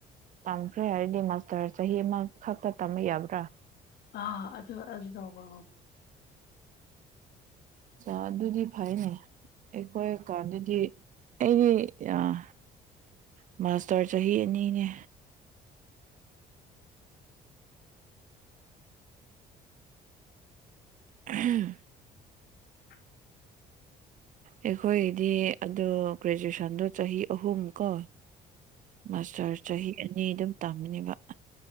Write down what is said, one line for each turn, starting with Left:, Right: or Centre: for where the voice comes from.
Right: ꯇꯝꯈ꯭ꯔꯦ ꯍꯥꯏꯔꯗꯤ ꯃꯥꯁꯇꯔ ꯆꯍꯤ ꯑꯃ ꯈꯛꯇ ꯇꯝꯕ ꯌꯥꯕ꯭ꯔꯥ
Left: ꯑ ꯑꯗꯨ ꯑꯗꯨ ꯇꯧꯕ
Right: ꯆꯥ ꯑꯗꯨꯗꯤ ꯐꯩꯌ‌ꯦꯅ‌ꯦ ꯑꯩꯈꯣꯏ ꯀꯥꯟꯗꯗꯤ ꯑꯩꯗꯤ ꯑꯥ ꯃꯥꯁꯇꯔ ꯆꯍꯤ ꯑꯅꯤꯅꯦ <unintelligible>
Left: <unintelligible>
Right: ꯑꯩꯈꯣꯏꯒꯤꯗꯤ ꯑꯗ‌ꯣ ꯒ꯭ꯔꯦꯖꯨꯑꯦꯁꯟꯗꯣ ꯆꯍꯤ ꯑꯍꯨꯝ ꯀꯣ ꯃꯥꯁꯇꯔ ꯆꯍꯤ ꯑꯅꯤ ꯑꯗꯨꯝ ꯇꯝꯕꯅꯦꯕ